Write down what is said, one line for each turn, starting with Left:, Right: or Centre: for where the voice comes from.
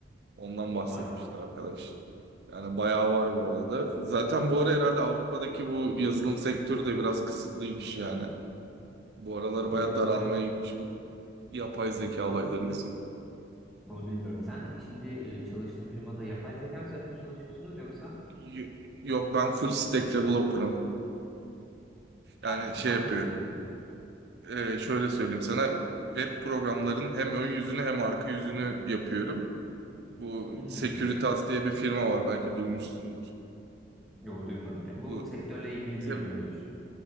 Right: Ondan bahsetmişti
Centre: Maşallah.
Right: arkadaş. Yani bayağı var bu arada. Zaten bu ara herhalde Avrupa'daki bu yazılım sektörü de biraz kısıtlıymış yani. Bu aralar
Centre: E, genel
Right: bayağı
Centre: olarak
Right: daralmaya gitmiş bu yapay zeka olayları yüzünden.
Centre: Onu bilmiyorum. Sen e, şimdi e, çalıştığın firmada yapay zeka üzerine mi çalışıyorsunuz yoksa
Right: Y- Yok ben full stack developer'ım. Yani
Centre: yani n-
Right: şey
Centre: ne yapıyorsun
Right: yapıyorum.
Centre: yani?
Right: Ee, şöyle söyleyeyim sana. Web programlarının hem ön yüzünü hem arka yüzünü yapıyorum. Bu
Centre: Hmm.
Right: Securitas diye bir firma var belki duymuşsundur.
Centre: Yok duymadım. Yani bu
Right: Bu
Centre: sektörle ilgili
Right: te-
Centre: değilim öyle düşün.